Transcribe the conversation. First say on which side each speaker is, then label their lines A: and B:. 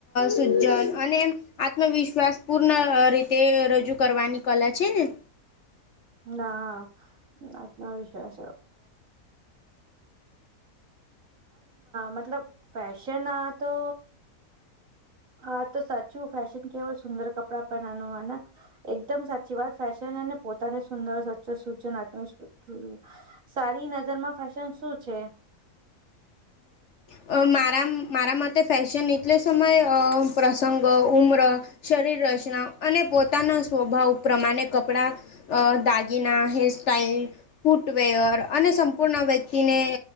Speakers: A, on the left; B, on the right.
A: સુજ્જન અને એમ આત્મવિશ્વાસ પૂર્ણ રીતે રજૂ કરવાની કલા છે, ને
B: ના આત્મવિશ્વાસ અ મતલબ ફેશન આ તો હા તો સાચું ફેશન કેવા સુંદર કપડાં પહેનાવાનું એકદમ સાચી વાત ફેશન અને પો સુંદર સ્વચ્છ સૂજનત્મ સારી નજર માં ફેશન શું છે?
A: અ મારા મારા મતે ફેશન એટલે સમયે અ પ્રસંગ ઉમ્રરો શરીર રચના અને પોતાના સ્વભાવ પ્રમાણે કપડાં દાગી ના હે સ્ટાઇલ ફૂટવેયર અને સંપૂર્ણ વ્યક્તિને